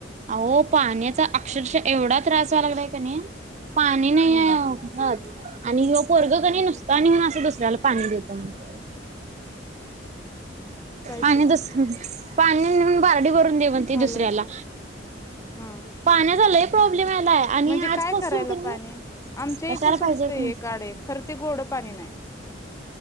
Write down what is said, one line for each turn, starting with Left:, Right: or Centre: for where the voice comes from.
Right: अहो पाण्याचा अक्षरशःएवढा त्रास व्हायला लागलाय का नाइ. पाणी नाइय
Left: हम्म
Right: ओ घरात. आणिं ह्यो पोरगं कणी नुसतं आणून असं दुसऱ्याला पाणी देतो म्हणतय.
Left: काय
Right: आणि
Left: ते
Right: दुस पाणी नाय म्हणून बार्डी भरून दे म्हणतंय
Left: चालू
Right: दुसऱ्याला.
Left: आहे की हा,
Right: पाण्याचा लय प्रॉब्लेम यायलाय आणि
Left: म्हणजे
Right: आजपासून
Left: काय करायला
Right: कणी
Left: पाणी आमच्या
Right: कशाला
Left: इथं सुटतंय
Right: पाहिजे कुणास
Left: एक
Right: ठाऊक.
Left: आड एक खर ते गोडं पाणी नाइ.